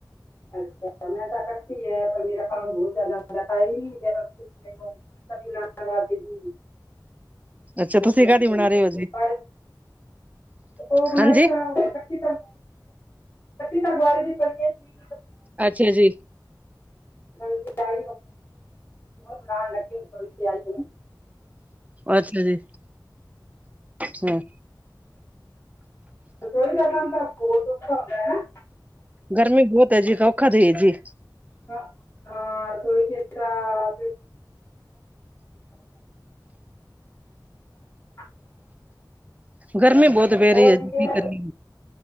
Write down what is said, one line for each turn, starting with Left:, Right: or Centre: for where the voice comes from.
Left: ਅੱਛਾ ਮੈਂ ਤਾਂ ਕੱਟੀ ਐ ਪਰ ਮੇਰਾ ਕੰਮ ਬਹੁਤ ਜਿਆਦਾ ਹੁੰਦਾ ਟਾਈਮ ਹੀ ਨਹੀਂ ਮਿਲਿਆ <unintelligible>
Right: ਅੱਛਾ
Left: ਹੁਣ
Right: ਤੁਸੀਂ
Left: ਮੈਂ
Right: ਕਾਹਦੀ
Left: ਕਿਹਾ
Right: ਬਣਾ
Left: ਰਸੋਈ
Right: ਰਹੇ ਹੋ
Left: ਚ।
Right: ਜੀ?
Left: ਪਰ ਉਹ ਬਣਾਈ
Right: ਹਾਂਜੀ।
Left: ਤਾਂ ਕੱਟੀ ਕੱਟੀ ਤਾ ਬਾਹਲੀ ਦੀ ਪਈ ਏ ਜੀ।
Right: ਅੱਛਾ ਜੀ।
Left: ਤੁਸੀਂ ਬਣਾਉਣ ਲੱਗੇ ਤਿਆਰੀ ਏ।
Right: ਅੱਛਾ ਜੀ, ਹੂ।
Left: ਰਸੋਈ ਦਾ ਕੰਮ ਤਾਂ ਬਹੁਤ ਔਖਾ ਹੁੰਦਾ ਐ
Right: ਗਰਮੀ ਬਹੁਤ ਐ ਜੀ, ਔਖਾ ਤੇ ਹੈ ਜੀ।
Left: ਹਾਂ ਰਸੋਈ ਚ ਤਾ <unintelligible>
Right: ਗਰਮੀ ਬਹੁਤ ਪੈ
Left: ਹੋਰ
Right: ਰਹੀ ਹੈ
Left: ਠੀਕ
Right: ਜੀ
Left: ਐ,
Right: ਕੀ ਕਰੀਏ।